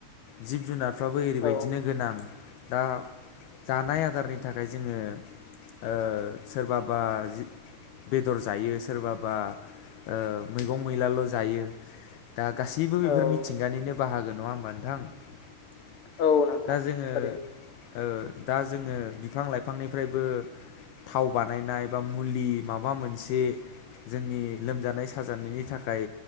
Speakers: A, on the left; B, on the left.
A: जिब जुनारफ्राबो ओरैबायदिनो
B: औ
A: गोनां दा जानाय आदारनि थाखाय जोङो ओ सोरबाबा जि बेदर जायो सोरबाबा ओ मैगं मैलाल' जायो दा गासैबो
B: औ
A: बेफोर
B: औ
A: मिथिंगानिनो बाहागो नङा होमबा नोंथां? <inaudible>
B: औ नोंथां
A: दा जोङो
B: थारैनो
A: ओ दा जोङो बिफां लाइफांनिफ्रायबो थाव बानायनाय बा मुलि माबा मोनसे जोंनि लोमजानाय साजानायनि थाखाय